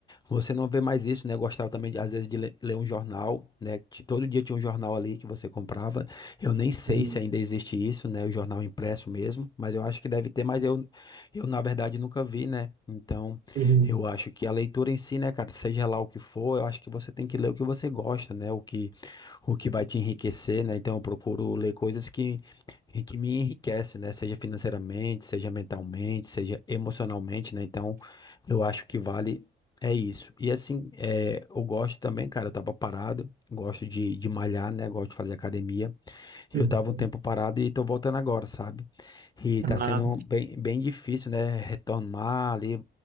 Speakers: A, on the left; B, on the right.
A: você não vê mais isso, né? Eu Gostava também, de, às vezes, de le- ler um jornal, né? Ti- Todo dia tinha um jornal ali que você comprava. Eu nem sei
B: uhum,
A: se ainda existe isso, né? O jornal impresso mesmo, mas eu acho que deve ter, mas eu, eu na verdade, nunca vi, né? Então,
B: uhum,
A: eu acho que a leitura em si, né, cara, seja lá o que for, eu acho que você tem que ler o que você gosta, né? O que o que vai te enriquecer, né? Então eu procuro ler coisas que, que me enriquecem, né? Seja financeiramente, seja mentalmente, seja emocionalmente, né? Então eu acho que vale é isso. E assim, é, eu gosto também, cara, eu tava parado, gosto de, de malhar, né? Gosto de fazer academia. Eu
B: uhum.
A: tava um tempo parado e tô voltando agora, sabe? E
B: Ah,
A: tá sendo bem, bem difícil, né? Retornar ali.